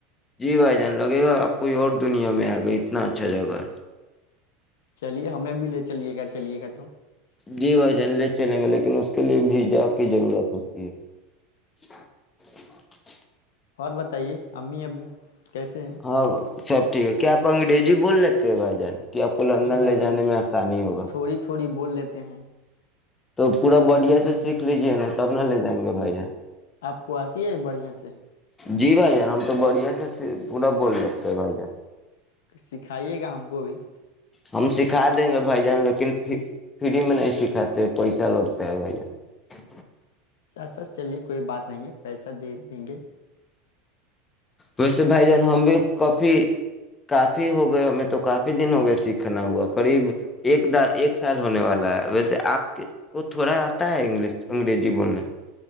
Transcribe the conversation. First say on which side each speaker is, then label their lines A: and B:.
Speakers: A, on the left; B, on the left.
A: جی بھائی جان لگے گا آپ <unintelligible> کوئی اور دنیا میں آ گئے اتنا اچھا <unintelligible> اچھا جگہ <unintelligible>
B: چلیے ہمیں بھی لے چلیے گا چلیے گا تو <unintelligible>
A: جی بھائی جان لے چلیں گے لیکن اس کے لیے بھیجا کی ضرورت ہوتی ہے <unintelligible>
B: اور بتائیے امی ابو <unintelligible> کیسے ہیں <unintelligible>
A: ہاں سب ٹھیک ہے کیا آپ انگریزی بول لیتے ہیں بھائی جان <unintelligible> لندن
B: ہاں بھائی
A: لے جانے
B: جان
A: میں آسانی ہوگا
B: تھوڑی تھوڑی بول لیتے ہیں <unintelligible>
A: تو پورا بڈیا سے سیکھ لیجیے نا تب نہ لے جائیں گے بھائی جان <unintelligible>
B: آپ کو آتی ہے بڑھیا سے <unintelligible>
A: جی بھائی جان ہم تو بڑھیا سے <unintelligible> پورا بول دیتے ہے بائی جان <unintelligible>
B: ک سکھائیے گا ہم کو بھی <unintelligible>
A: ہم سکھا دیں گے بھائی جان لیکن فری میں نہیں سکھاتے پیسہ لگتا ہے بھائی جان <unintelligible>
B: اچھا چلیے کوئی بات نہیں پیسہ دے دیں گے <unintelligible>
A: ویسے بھائی جان ہم بھی کافی کافی ہو گئے ہمیں تو کافی دن ہو گئے سیکھنا ہوا قریب ایک ایک سال ہونے والا ہے ویسے آپ کے کو تھوڑا آتا ہے انگلش انگریزی بولنے <unintelligible>